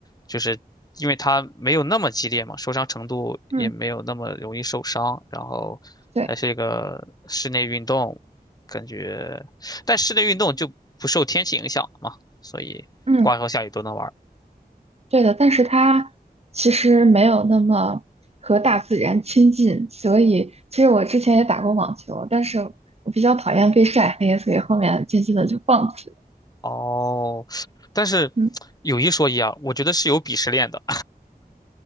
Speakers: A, on the left; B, on the right.
A: 就是因为它没有那么激烈嘛，受伤程度也没有那么容易受伤，
B: 嗯，
A: 然后还是一个室内运动，
B: 对，
A: 感觉，但室内运动就不受天气影响嘛，所以刮风下雨都能玩儿。
B: 嗯，对的，但是它其实没有那么和大自然亲近，所以其实我之前也打过网球，但是我比较讨厌被晒黑，所以后面渐渐的就放弃了，
A: 哦，但是有一说一啊，
B: 嗯，嗯
A: 我觉得是有鄙视链的。